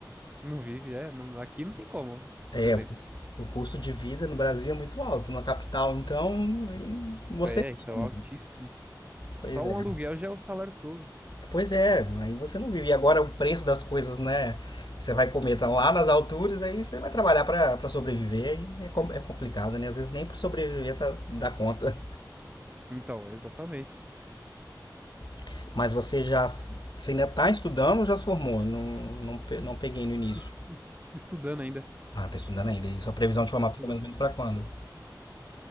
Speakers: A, on the right (about 20°); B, on the left (about 75°).
A: Não vive, é. não- aqui não tem como,
B: É,
A: por exemplo.
B: o cus- o custo de vida no Brasil é muito alto. Na capital, então, aí você.
A: É,
B: vive,
A: então,
B: né?
A: altíssimo. Só
B: Pois é.
A: um aluguel já é o salário todo.
B: Pois é, aí você não vive. E agora o preço das coisas, né? Você vai comer, tá lá nas alturas, aí você vai trabalhar pra pra sobreviver. E é, com- é complicado, né? Às vezes nem pra sobreviver tá, dá conta.
A: Então, exatamente.
B: <laughs> Mas você já. Você ainda tá estudando ou já se formou? Não, não, pe- não peguei no início.
A: Tu Es- es- Estudando ainda.
B: Ah, tá estudando ainda. E sua previsão
A: Eu
B: de
A: tô
B: formatura
A: estudando.
B: é mais ou menos pra quando?